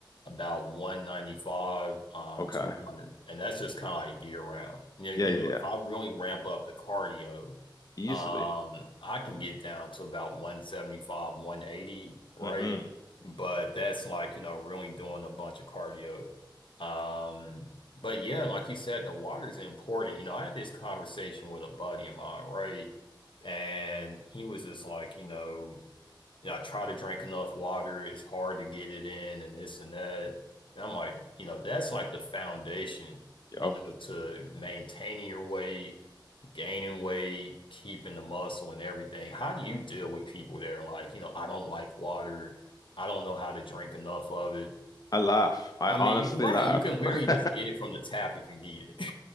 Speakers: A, on the left; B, on the left.
A: about 195, um,
B: Okay.
A: 200. And that's just kind of like year round. You know,
B: Yeah,
A: you
B: yeah,
A: know,
B: yeah.
A: if I really ramp up the cardio,
B: Easily.
A: um, I can get down to about 175, 180, right?
B: Mm-hmm.
A: But that's like, you know, really doing a bunch of cardio. Um, but yeah, like you said, the water's important. You know, I had this conversation with a buddy of mine, right? And he was just like, you know, you know, I try to drink enough water. It's hard to get it in and this and that. And I'm like, you know, that's like the foundation,
B: Yep.
A: you know, to maintaining your weight, gaining weight, keeping the muscle and everything. How do you deal with people that are like, you know, I don't like water. I don't know how to drink enough of it.
B: I laugh. I
A: I
B: honestly
A: mean, you, right,
B: laugh.
A: you can literally
B: <laughs>
A: just get it from the tap if you need it.